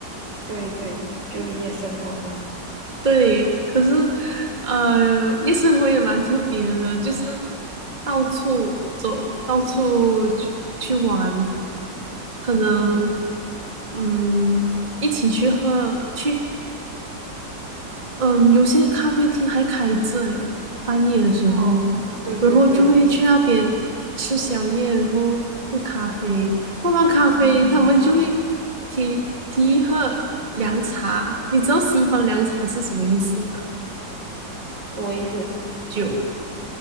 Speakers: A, on the right (about 80°); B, on the right (about 25°).
A: 对对，就夜生活嘛，
B: 对，可是，呃，夜生活也蛮特别的，就是到处走，到处去去玩，可能，
A: 嗯
B: 嗯，一起去喝，去。嗯，有些咖啡厅还开着诶，半夜的时候，
A: 哦对对对，
B: 然后就会去那边吃宵夜，然后喝咖啡。喝完咖啡，
A: 嗯嗯
B: 他们就会提提议喝凉茶。你知道西方凉茶是什么意思吗？
A: 什么意思？
B: 酒。